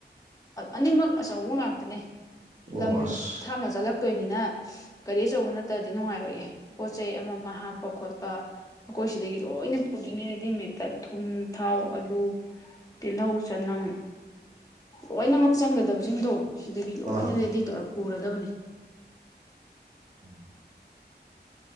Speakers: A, on the left (about 20°); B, on the right (about 45°).
A: ꯑꯅꯤꯃꯛ ꯑꯆꯧꯕ ꯉꯥꯛꯇꯅꯦ
B: ꯑꯣ
A: ꯂꯝ
B: ꯑꯁ
A: ꯊꯥꯞꯅ ꯆꯠꯂꯛ ꯆꯠꯇꯣꯏꯅꯤꯅ ꯀꯔꯤ ꯑꯆꯧꯕ ꯅꯠꯇ꯭ꯔꯗꯤ ꯅꯨꯡꯉꯥꯏꯔꯣꯏꯏꯦ ꯄꯣꯠ ꯆꯩ ꯑꯃ ꯑꯃ ꯍꯥꯞꯄ ꯈꯣꯠꯄ ꯑꯩꯈꯣꯏ ꯁꯤꯗꯒꯤ ꯂꯣꯏꯅ ꯄꯨꯗꯣꯏꯅꯦ ꯔꯦꯗꯤꯃꯦꯠꯇ ꯊꯨꯝ ꯊꯥꯎ ꯑꯂꯨ ꯇꯤꯜꯍꯧ ꯆꯅꯝ ꯂꯣꯏꯅꯃꯛ ꯆꯪꯒꯗꯕꯁꯤꯡꯗꯣ ꯁꯤꯗꯒꯤ ꯂꯣꯏꯅ
B: ꯑꯥ
A: ꯔꯦꯗꯤ ꯇꯧꯔꯛꯄ ꯄꯨꯔꯗꯕꯅꯤ
B: ꯎꯝ